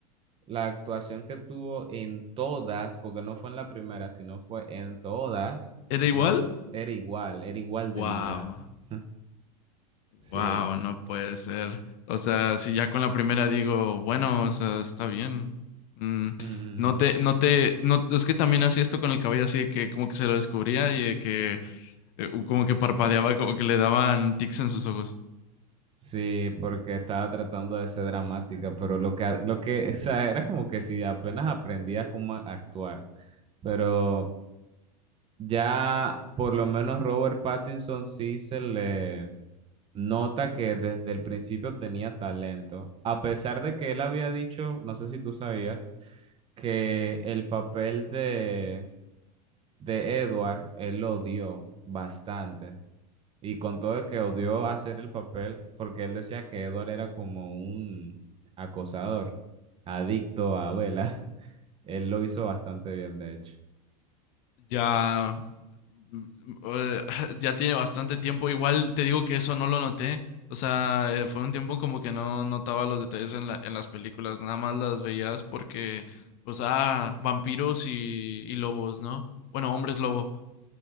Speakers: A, on the right; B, on the left.
A: la actuación que tuvo en todas, porque no fue en la primera, sino fue en todas,
B: ¿Era igual?
A: no, era igual, era igual
B: Wow.
A: de mala. <laughs> Sí.
B: Wow, no puede ser. O sea, si ya con la primera digo, bueno, o sea, está bien. Mm,
A: Mm,
B: no te, no te, no, es que también hacía esto con el cabello así de que como que se lo descubría y de que eh, como que parpadeaba, como que le daban tics en sus ojos.
A: Sí, porque estaba tratando de ser dramática, pero lo que, lo que, o sea, era como que si apenas aprendía cómo a- actuar, pero ya por lo menos Robert Pattinson sí se le Nota que desde el principio tenía talento, a pesar de que él había dicho, no sé si tú sabías, que el papel de, de Edward, él lo odió bastante. Y con todo de que odió hacer el papel, porque él decía que Edward era como un acosador, adicto a Bella. <laughs> Él lo hizo bastante bien, de hecho.
B: ya, mm, eh, <laughs> ya tiene bastante tiempo. Igual te digo que eso no lo noté. O sea, eh, fue un tiempo como que no notaba los detalles en la- en las películas, nada más las veías porque, pues, ah, vampiros y, y lobos, ¿no? Bueno, hombres lobo.